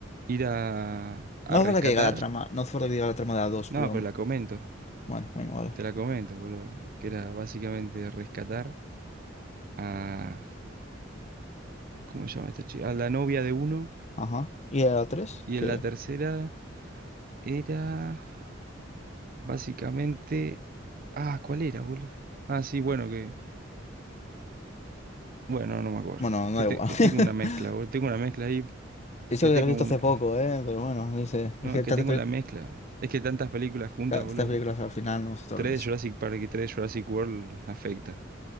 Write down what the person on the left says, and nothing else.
No hace
falta que llegue la trama. No hace falta que llegue la trama de la 2,
pero...
Bueno, venga, vale.
Ajá. ¿Y de la 3?
Que...
Bueno, no
da igual.
<laughs>
Eso
que
lo he visto
hace poco, ¿eh? Pero bueno, no sé. Es
que
tantas
pelic-
tantas
películas al final ¿no? nosotros...